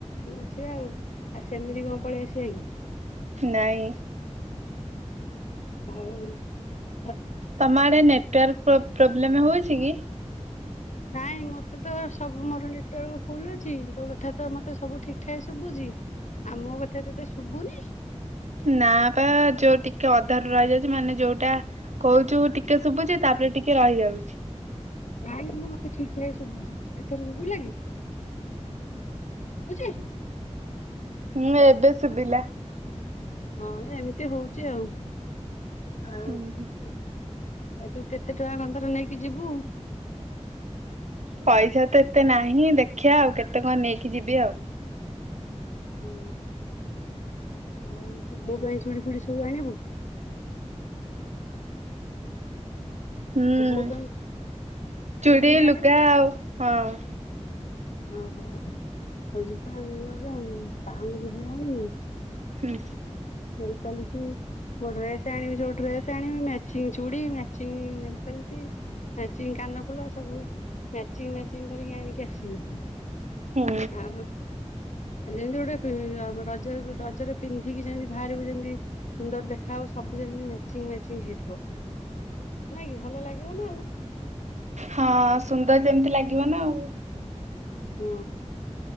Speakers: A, on the left; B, on the right.
A: ଆସିବା ଆଉ ଆଉ ସେମିତି କଣ ପଳେଇ ଆସିବା କି।
B: ନାଇଁ।
A: ହଉ
B: ତମ ଆଡେ ନେଟୱାର୍କ ପ୍ରୋବ୍ଲେମ ହଉଛି କି?
A: ନାଇଁ ମତେ ତ ସବୁ ମୋର ନେଟୱାର୍କ ଫୁଲ ଅଛି ତୋ କଥା ତ ମତେ ସବୁ ଠିକ ଠାକ ଶୁଭୁଛି ଆଉ ମୋ କଥା ତତେ ଶୁଭୁନି।
B: ନା ବା ଯୋଉ ଟିକେ ଅଧାର ରା ମାନେ ଯୋଉଟା କହୁଛୁ ମୁ ଟିକେ ଶୁଭୁଛି ତାପରେ ଟିକେ ରହିଯାଉଛି।
A: କାଇଁ ମତେ ଠିକ ଠାକ ଶୁଭୁଛି ଏଥର ଶୁଭୁିଲା କି ଶୁଭୁଛି।
B: ହୁଁ ଏବେ ସୁଭିଲ।
A: ହଁ ଏମିତି ହଉଛି ଆଉ। ହଉ
B: ହୁଁ
A: ହ
B: ହୁଁ
A: ଆଉ ତୁ କେତେ ଟଙ୍କା କଥର ନେଇକି ଯିବୁ।
B: ପଇସା ତ ଏତେ ନାହିଁ ଦେଖିବା ଆଉ କେତେ କଣ ନେଇକି ଯିବି ଆଉ।
A: ହୁଁ ଆଉ ତ ବୋଗଇ ଚୁଡ଼ି ଫୁଡି ସବୁ ଆଣିବୁ।
B: ହୁଁ
A: ତୋ ବୋଉ ପାଇଁ
B: ଚୁଡ଼ି
A: ଫୁଡି ଆଣିବୁ
B: ଲୁଗା
A: କି
B: ଆଉ ହଁ।
A: ଓହୋ ହଉ ଯିବା ଆମ ଘର ଆ ପାଉଛି ଭଳି ଆଣମି
B: ହୁଁ
A: ନେଲପଲି ସୋ ଡ୍ରେସ ଆଣିବି ଯୋଉ ଡ୍ରେସ ଆଣିବି ମ୍ୟାଚିଂ ଚୁ ମଚଂ। ଖେଳି ଚିଙ୍କାନ। ଫୁଲ ସବୁ ମ୍ୟାଚିଂ ମ୍ୟାଚିଂ କରିକି ଆଣିକି ଆସିମି।
B: ହୁଁ
A: ଆଉ। ଯେମିତି ଗୋଟେ ରଜ ରଜରେ ପିନ୍ଧିକି ଯେମିତି ବାହାରକୁ ଯେମିତି ସୁନ୍ଦର ଦେଖ। ଖ ସବୁି ମଚ ହେଇଥିବ ନାଇଁ କି ଭଲ ଲାଗିବ ନା ଆଉ।
B: ହଁ ସୁନ୍ଦର ଯେମିତି ଲାଗିବ ନା ଆଉ।
A: ହଁ।